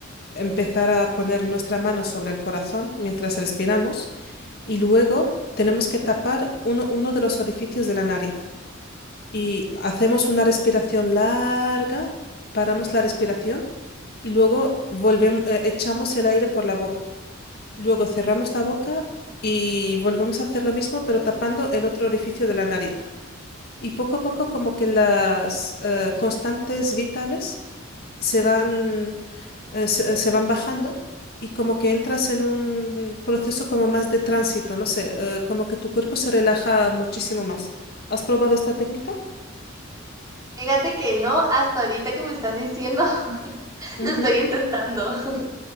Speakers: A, on the left; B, on the right.
A: empezar a poner nuestra mano sobre el corazón mientras respiramos y luego tenemos que tapar uno, uno de los orificios de la nariz. Y hacemos una respiración larga, paramos la respiración y luego volvemos, eh, echamos el aire por la boca. Luego cerramos la boca y volvemos a hacer lo mismo, pero tapando el otro orificio de la nariz. Y poco a poco como que las eh, constantes vitales se van, eh, se, se van bajando y como que entras en un proceso como más de tránsito, no sé, eh, como que tu cuerpo se relaja muchísimo más. ¿Has probado esta técnica?
B: Fíjate que no, hasta ahorita que me estás diciendo, <laughs>
A: Ujú.
B: lo estoy intentando, <laughs>